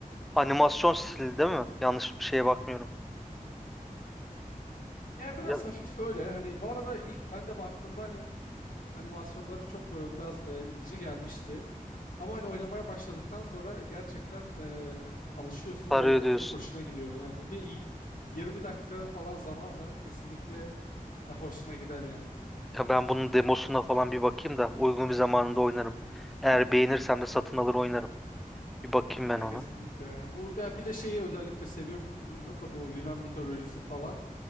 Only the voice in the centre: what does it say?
animasyon stili değil mi? Yanlış bir şeye bakmıyorum.
Biraz
sarıyor
diyorsun.
Ya ben bunun demosuna falan bir bakayım da uygun bir zamanında oynarım. Eğer beğenirsem de satın alır oynarım. Bir bakayım
ben ona.